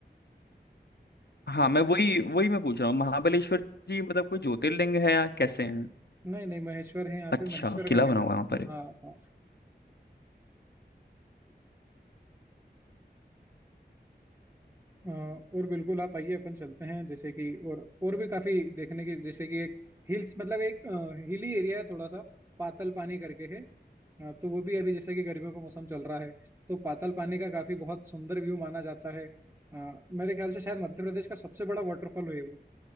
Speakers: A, on the left (about 70°); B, on the right (about 15°).
A: हाँ मैं वही वही मैं पूछ रहा हूँ महाबलेश्वर जी मतलब कोई ज्योतिर्लिंग है या कैसे हैं
B: नहीं नहीं महेश्वर है यहाँ
A: अच्छा
B: पे महेश्वर
A: किला
B: का
A: बना
B: किला
A: हुआ
B: है
A: है वहाँ पर एक।
B: हाँ हाँ अ, और बिल्कुल आप आइए अपन चलते हैं जैसे कि और और भी काफी देखने की जैसे कि एक हिल्स मतलब एक अ, हिली एरिया है थोड़ा सा पातल पानी करके है अ, तो वो भी अभी जैसे कि गर्मियों का मौसम चल रहा है तो पातल पानी का काफी बहुत सुंदर व्यू माना जाता है अ, मेरे ख्याल से शायद मध्य प्रदेश का सबसे बड़ा वाटरफॉल है वो